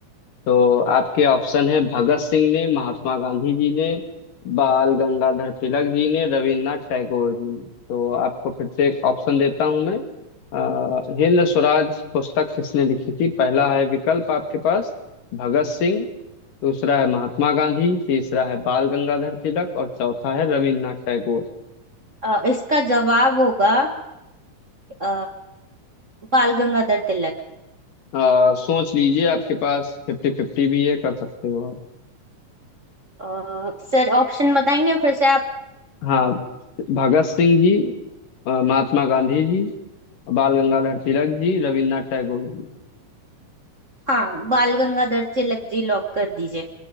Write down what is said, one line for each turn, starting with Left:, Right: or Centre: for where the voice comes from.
Left: तो आपके ऑप्शन है भगत सिंह ने महात्मा गांधी जी ने बाल गंगाधर तिलक जी ने रविन्द्रनाथ टैगोर जी ने तो आपको फिर से एक ऑप्शन देता हूं मैं अ, हिंद स्वराज पुस्तक किसने लिखी थी पहला है विकल्प आपके पास भगत सिंह दूसरा है महात्मा गांधी तीसरा है बाल गंगाधर तिलक और चौथा है रविन्द्रनाथ टैगोर
Right: अ, इसका जवाब होगा अ, बाल गंगाधर तिलक
Left: अ, सोच लीजिए आपके पास फिफ्टी फिफ्टी भी है कर सकते हो आप
Right: अ, सर ऑप्शन बताएंगे फिर से आप
Left: हाँ भगत सिंह जी अ, महात्मा गांधी जी बाल गंगाधर तिलक जी रविन्द्रनाथ टैगोर जी
Right: हाँ बाल गंगाधर तिलक जी लॉक कर दीजिए